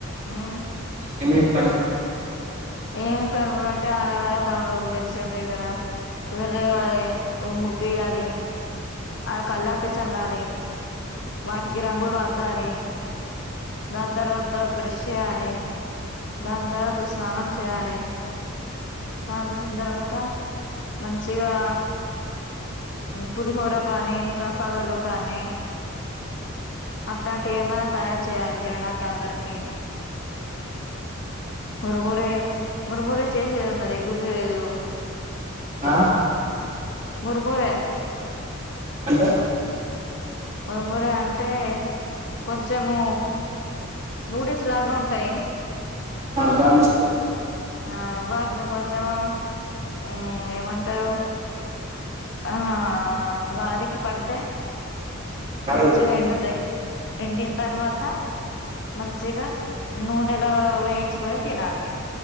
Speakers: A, on the left; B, on the right.
A: హుమ్
B: ఏం ఏం పనులు
A: ఏమేం పనులు అంటే ఆడవాళ్ళు పనులు తెలిసే ఉంట్ తే కదా ఎవరు తేవాలి ఓ ముగ్గు ఎయాలి అ కళ్ళాపి చల్లాలి వాటికి కి రంగులు అద్ ద్దాలి దాని తర్వాత త బ్రష్ ఏయ్యాలీ దాని తరువాత స్ననం చేయాలి <unintelligible> ఇంక మంచిగా పులిహోర కానీ ప్రసాదాలు కానీ అట్లాం టివి ఏమన్నా తయారు చేయాలి తినడానికి అందరికి మురుమురే మురుమురే చేసేది ఉన్నది గుర్తులేదు ఓ
B: ఆహ్
A: మురుమూరే
B: అంటే
A: మురుమూరే అం అంటే కొంచెము నూడిల్స్ లాగా ఉంటాయి
B: హ దాన్ని ఎంచేతరు
A: ఆ వాటిను కొంచెం ఉ ఏమంటారు ఆ గాదికి పడితే
B: గాలి
A: మంచు నిండుతై ఎండిన తర్వాత మంచిగా నూనెలో వేయించుకొని తినాలి